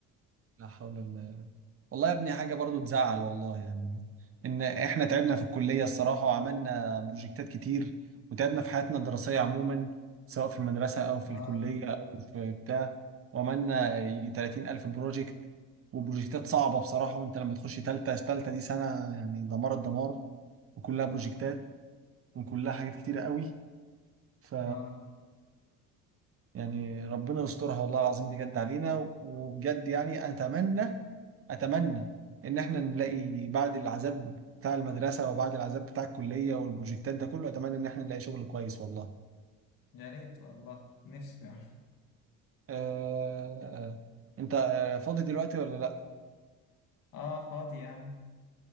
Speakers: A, on the right (about 40°); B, on the left (about 70°).
A: لا حول الله والله يا ابني حاجة برضو تزعل والله يعني إن إحنا تعبنا في الكلية الصراحة وعملنا بروجكتات كتير وتعبنا في حياتنا الدراسية عموما سواء في المدرسة أو في
B: اه
A: الكلية أو في بتاع وعملنا يجي 30 ألف بروجكت وبروجكتات صعبة بصراحة وأنت لما تخش تالتة تالتة دي سنة يعني دمار الدمار وكلها بروجكتات وكلها حاجات كتيرة قوي ف
B: اه
A: يعني ربنا يسترها والله العظيم بجد علينا وبجد يعني أتمنى اتمنى ان احنا نلاقي
B: مم.
A: بعد العذاب بتاع المدرسه وبعد العذاب بتاع الكليه والبروجكتات ده كله اتمنى ان احنا نلاقي شغل كويس والله
B: يا ريت والله نفسي يعني
A: آه آه. انت آه، فاضي دلوقتي ولا لا
B: اه فاضي يعني